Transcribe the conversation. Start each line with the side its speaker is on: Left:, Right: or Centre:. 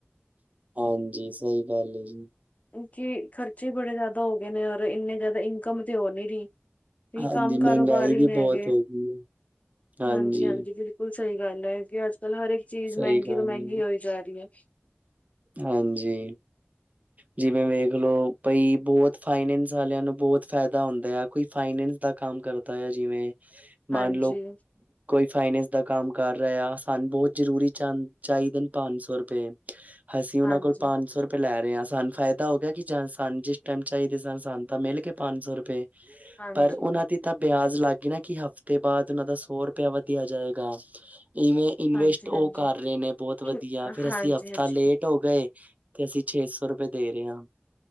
Right: ਹਾਂਜੀ, ਸਹੀ ਗੱਲ ਜੀ।
Left: ਕਿਉਂਕਿ ਖਰਚੇ ਈ ਬੜੇ ਜਿਆਦਾ ਹੋ ਗਏ ਨੇ ਔਰ ਏਨੇ ਜ਼ਿਆਦਾ ਇਨਕਮ ਤੇ ਹੋ ਨੀ ਰਹੀ। ਵੀ
Right: ਹਾਂਜੀ
Left: ਕੰਮ ਕਾਰੋਬਾਰ
Right: ਮਹਿੰਗਾਈ
Left: ਹੀ
Right: ਵੀ
Left: ਨੇ
Right: ਬਹੁਤ
Left: ਐਗੇ
Right: ਹੋ ਗਈ ਹੈ ਹਾਂਜੀ
Left: ਹਾਂਜੀ-ਹਾਂਜੀ ਬਿਲ ਬਿਲਕੁਲ ਸਹੀ ਗੱਲ ਹੈ ਕਿ ਅੱਜ ਕਲ ਹਰ ਇੱਕ ਚੀਜ਼
Right: ਸਹੀ
Left: ਮਹਿੰਗੀ
Right: ਗੱਲ
Left: ਤੋਂ ਮਹਿੰਗੀ
Right: ਏ
Left: ਹੋਈ ਜਾ ਰਹੀ ਹੈ।
Right: ਹਾਂਜੀ।
Left: <unintelligible>
Right: ਜਿਵੇਂ ਵੇਖਲਓ ਬਾਈ ਬਹੁਤ ਫਾਈਨੈਂਸ ਵਾਲਿਆਂ ਨੂੰ ਬਹੁਤ ਫਾਇਦਾ ਹੁੰਦਾ ਆ ਕੋਈ ਫਾਈਨੈਂਸ ਦਾ ਕੰਮ ਕਰਦਾ ਹੈ ਜਿਵੇਂ ਮਾਨਲਓ
Left: ਹਾਂਜੀ
Right: ਕੋਈ ਫਾਈਨੈਂਸ ਦਾ ਕੰਮ ਕਰ ਰਿਹਾ ਸਾਨੂੰ ਬਹੁਤ ਜਰੂਰੀ ਚ ਚਾਹੀਦੇ ਪੰਜ ਸੌ ਰੁਪਏ ਅਸੀਂ ਉਹਨਾਂ
Left: ਹਾਂਜੀ
Right: ਕੋਲ ਪੰਜ ਸੌਏ ਲੈ ਰਹੇ ਹਾਂ, ਸਾਨੂੰ ਫਾਇਦਾ ਹੋ ਗਿਆ ਕਿ ਸਾਨੂੰ ਜਿਸ ਟਾਈਮ ਚਾਹੀਦੇ ਸਨ। ਸਾਨੂੰ ਤਾਂ ਮਿਲ ਕੇ ਪੰਜ ਸੌ ਰੁਪਏ।
Left: ਹਾਂਜੀ
Right: ਪਰ ਉਹਨਾਂ ਦੀ ਤਾਂ ਵਿਆਜ ਲੱਗ ਗਏ ਨਾ ਕਿ ਹਫ਼ਤੇ ਬਾਅਦ ਉਹਨਾਂ ਦਾ ਸੌ ਰੁਪਇਆ ਵਧਿਆ ਜਾਏਗਾ ਇਵੇਂ। ਇਨਵੈਸਟ
Left: ਹਾਂਜੀ
Right: ਉਹ
Left: ਹਾਂਜੀ
Right: ਕਰ ਰਹੇ ਨੇ ਬਹੁਤ
Left: ਇਹ-
Right: ਵਧੀਆ ਫਿਰ
Left: ਹਾਂਜੀ
Right: ਅਸੀਂ ਹਫਤਾ
Left: ਹਾਂਜੀ
Right: ਲੇਟ ਹੋ ਗਏ ਤੇ ਅਸੀਂ ਛੇ ਸੌ ਰੁਪਏ ਦੇ ਰਹੇ ਹਾਂ।